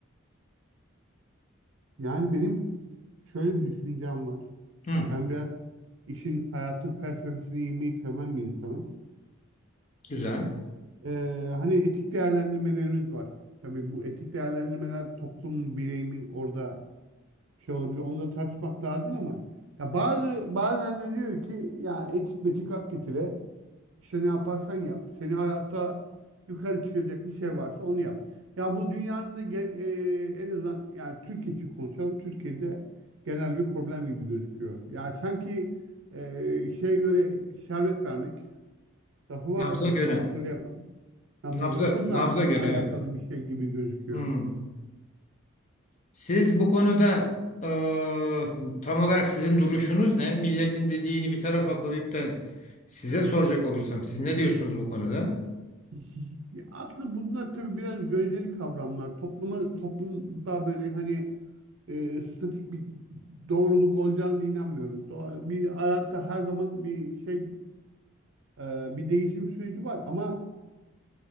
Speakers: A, on the right; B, on the left.
A: Yani benim şöyle bir düşüncem var.
B: Hı,
A: Ya ben biraz işin hayatın felsefesine inmeyi seven bir insanım.
B: güzel.
A: Ee, hani etik değerlendirmelerimiz var. Tabii bu etik değerlendirmeler toplum mu, birey mi orada şey olabilir. Onu da tartışmak lazım ama ya bazı bazen de diyor ki ya etik metik hak getire. İşte ne yaparsan yap. Seni hayatta yukarı çıkacak bir şey varsa onu yap. Ya bu dünyanın da ge- e, en azından yani Türkiye için konuşalım. Türkiye'de genel bir problem gibi gözüküyor. Yani sanki e, şeye göre şerbet vermek lafı var
B: Nabza
A: ya
B: göre.
A: tam hatırlayamadım. Nabza
B: Nabza
A: göre bununla
B: nabza göre
A: alakalı
B: evet.
A: bir şey gibi gözüküyor.
B: Hı. Siz bu konuda e, tam olarak sizin duruşunuz ne? Milletin dediğini bir tarafa koyup da size soracak olursam siz ne diyorsunuz bu konuda?
A: <laughs> Ya Aslında bunlar tabii biraz göreceli kavramlar. Topluma, toplumda böyle hani e, statik bir doğruluk olacağını da inanmıyorum. Doğa- Bir hayatta her zaman bir şey e, bir değişim süreci var ama